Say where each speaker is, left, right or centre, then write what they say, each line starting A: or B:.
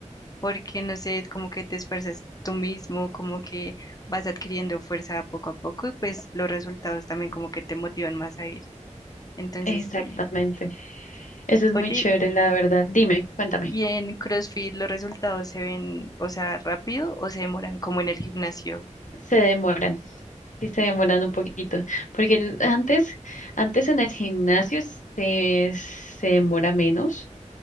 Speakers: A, on the left (about 30°); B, on the left (about 80°).
A: porque no sé, como que te esfuerzas tú mismo, como que vas adquiriendo fuerza poco a poco y pues los resultados también como que te motivan más a ir. Entonces,
B: Exactamente.
A: sí.
B: Eso es
A: Oye,
B: muy chévere, la verdad. Dime, cuéntame.
A: ¿y en CrossFit los resultados se ven, o sea, rápido o se demoran como en el gimnasio?
B: Se demoran, sí se demoran un poquito, porque el- antes, antes en el gimnasio se, se demora menos,